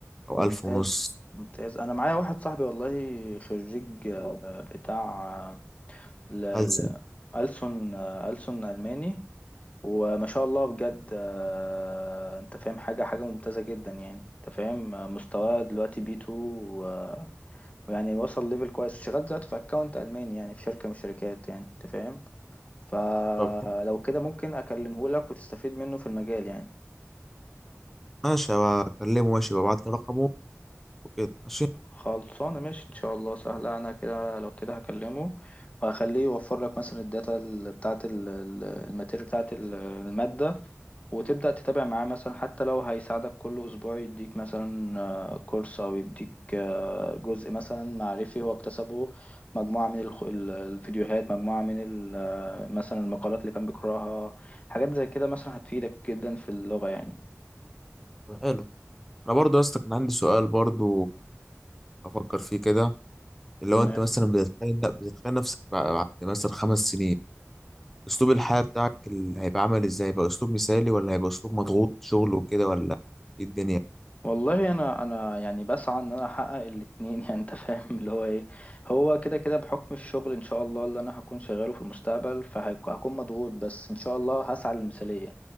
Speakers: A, in the centre; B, on the left.
A: او
B: ممتاز
A: 1000 ونص
B: ممتاز انا معايا واحد صاحبي والله خريج آه، بتاع آه، ل...
A: ألسن
B: ل... ألسن آه، ألسن ألماني وما شاء الله بجد آه، انت فاهم حاجة حاجة ممتازة جدا يعني انت فاهم آه، مستواه دلوقتي بي 2 و- ويعني وصل ليفل كويس شغال دلوقتي في اكونت الماني يعني في شركة من الشركات يعني انت فاهم فلو
A: طب حلو.
B: كده ممكن اكلمه لك وتستفيد منه في المجال يعني
A: ماشي بكلمه ماشي ببعت له رقمه وكده ماشي
B: خلصانة ماشي إن شاء الله سهلة أنا كده لو كده هكلمه وهخليه يوفر لك مثلا الداتا ال- بتاعة ال- ال- الماتيريال بتاعة ال- المادة وتبدأ تتابع معاه مثلا حتى لو هيساعدك كل أسبوع يديك مثلا آه، كورس أو يديك آه، جزء مثلا معرفي هو اكتسبه مجموعة من الخ- ال- الفيديوهات مجموعة من ال- آه، مثلا المقالات اللي كان بيقرأها حاجات زي كده مثلا هتفيدك جدا في اللغة يعني
A: طب حلو انا برضو يا اسطى كان عندي سؤال برضو افكر فيه كده اللي
B: تمام
A: هو انت مثلا بتتخيل بتتخيل نفسك بعد مثلا خمس سنين اسلوب الحياة بتاعك ال- هيبقى عامل ازاي هيبقى اسلوب مثالي ولا هيبقى اسلوب مضغوط شغل وكده ولا ايه الدنيا
B: والله انا انا يعني بسعى ان انا احقق الاتنين <laughs> يعني انت فاهم اللي هو ايه هو كده كده بحكم الشغل ان شاء الله اللي انا هكون شغاله في المستقبل فهكون مضغوط بس ان شاء الله هسعى للمثالية يعني